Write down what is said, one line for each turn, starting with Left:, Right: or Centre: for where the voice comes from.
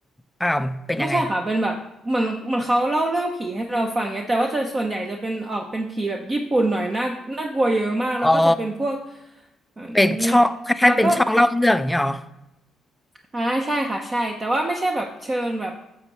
Centre: อ้าวเป็นยังไง
Right: ไม่ใช่ค่ะเป็นแบบเหมือนเหมือนเขาเล่าเรื่องผีให้เราฟังเงี้ยแต่ว่าจะส่วนใหญ่จะเป็นออกเป็นผีแบบญี่ปุ่นหน่อยน่าน่ากลัวเยอะมากแล้วก็จะเป็นพวก
Centre: อ๋อ
Right: อืม
Centre: เป็นช่องคล้ายๆเป็นช่องเล่าเรื่องอย่างเงี้ยเหรอ
Right: แล้วก็อ่าใช่ค่ะใช่แต่ว่าไม่ใช่แบบเชิญแบบ